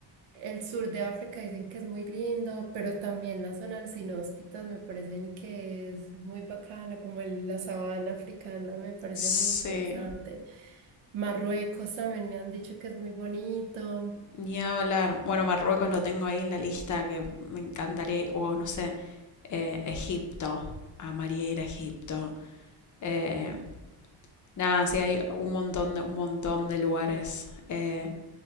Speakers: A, on the right; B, on the left.
A: El sur de África dicen que es muy lindo, pero también la zona sin hóspitas me parecen que es muy bacana, como el- la sabana africana me parece
B: sí.
A: muy interesante. Marruecos también me han dicho que es muy bonito.
B: Ni hablar. Bueno, Marruecos lo tengo ahí en la lista que me encantaría, o no sé, eh, Egipto. Amaría ir a Egipto. Eh, nada, sí, hay un montón de, un montón de lugares. Eh,